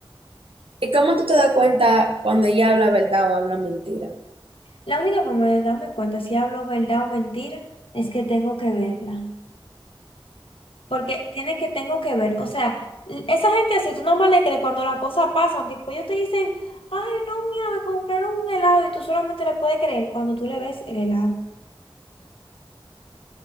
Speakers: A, on the right; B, on the left.
A: ¿Y cómo tú te das cuenta cuando ella habla verdad o habla mentira?
B: La única forma de darme cuenta si hablo verdad o mentira es que tengo que verla. Porque tiene que, tengo que ver, o sea, l- esa gente así, tú nomás le crees cuando las cosas pasan, tipo, ellos te dicen, ay, no, mira, me compraron un helado y tú solamente le puedes creer cuando tú le ves el helado.